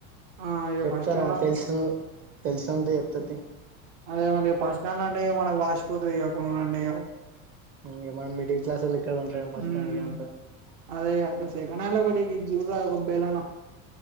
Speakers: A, on the right; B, on the right.
A: ఆ ఇగ
B: చెప్తారా
A: ఫస్ట్ హ్యాండ్
B: తెలుసు తెలుసంటే చెప్త తీ
A: అదే మరి పసనల్ అంటే ఇగ మనక్ వాసిపోతది ఇగ కొనాలంటే ఇగ
B: ఇంగ మనం మిడిల్ క్లాస్ ఇక్కడ ఉంటారు ఫస్ట్
A: హుమ్
B: హ్యాండ్ ఇగ అంత
A: అదే కదా సెకండ్ హ్యాండిల్ ఒకటి గిది చూడ్ రా ఓ బెలన